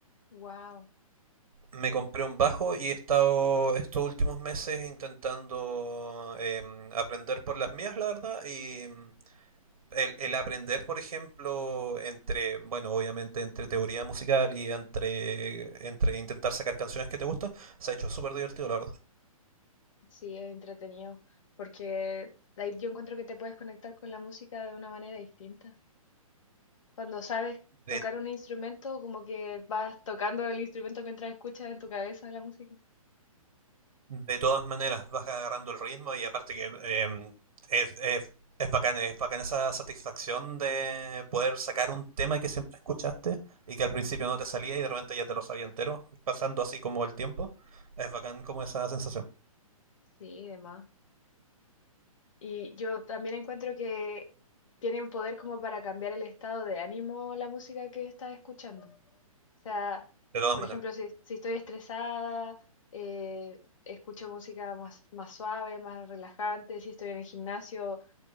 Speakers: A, on the left; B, on the right.
A: Wow,
B: Me compré un bajo y he estado estos últimos meses intentando eh, aprender por las mías, la verdad, y em, el, el aprender, por ejemplo, entre, bueno, obviamente entre teoría musical y entre, entre intentar sacar canciones que te gustan, se ha hecho súper divertido, la verdad.
A: sí, es entretenido, porque ahí yo encuentro que te puedes conectar con la música de una manera distinta. Cuando sabes
B: De
A: tocar un instrumento, como que vas tocando el instrumento mientras escuchas en tu cabeza la música.
B: de todas maneras vas agarrando el ritmo y aparte que eh, es, es, es bacán, es bacán esa satisfacción de poder sacar un tema que siempre escuchaste y que al principio no te salía y de repente ya te lo sabía entero, pasando así como el tiempo. Es bacán como esa sensación.
A: Sí, demás. Y yo también encuentro que tiene un poder como para cambiar el estado de ánimo la música que estás escuchando. O sea,
B: De todas
A: por
B: maneras.
A: ejemplo, si, si estoy estresada, eh, escucho música más, más suave, más relajante. Si estoy en el gimnasio,